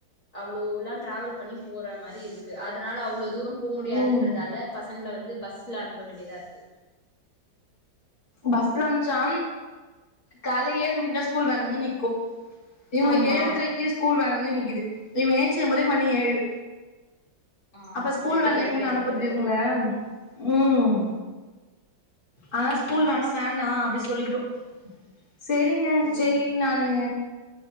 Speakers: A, on the left; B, on the left.
A: அவ்ளோல்லா டிராவல் பண்ணி போற மாரி இருக்கு அதனால அவ்ளோ தூரோ போ முடியாதுன்றதால
B: ம்
A: பசங்கள வந்து பஸ்ல அனுப்ப வேண்டியதா இருக்கு
B: பஸ்ல மிச்சம் கால ஏழு மணிக்லா ஸ்கூல் வேன் வந்து நிக்கு இவுங்க
A: ஆமா
B: ஏழ்ரைக்கு ஸ்கூல் வே வந்து நிக்கிது இவுங்க ஏஞ்ச்சிகுபோதே மணி ஏழு
A: ஆ
B: அப்ப
A: அப்றோ
B: ஸ்கூல்
A: எப்டி
B: வேன்ல
A: கெளப்பி
B: எங்கன்
A: அனுப்புறது
B: அனுப்றது இவுங்கள ம்
A: ஆமா
B: அதா
A: ம்
B: ஸ்கூல் வேனு வேண்ணா அப்டி சொல்லிட்டோ சரிங்க
A: ம்
B: சரி நானு